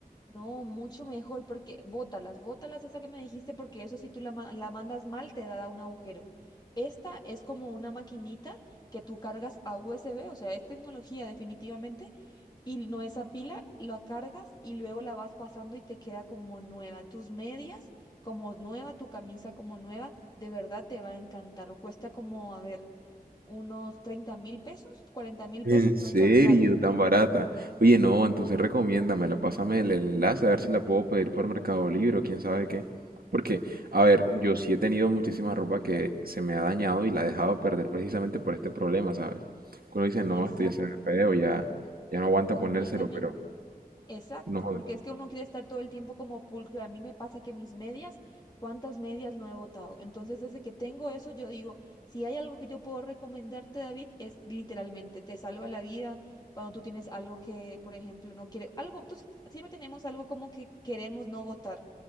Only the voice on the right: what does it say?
¿En
serio?
Tan barata. Oye, no, entonces recomiéndamela, pásame el enlace a ver si la puedo pedir por Mercado Libre o quién sabe qué. Porque, a ver, yo sí he tenido muchísima ropa que se me ha dañado y la he dejado perder precisamente por este problema, ¿sabes? Uno dice, no,
esto ya se ve feo, ya, ya no aguanta
ponérselo, pero
no.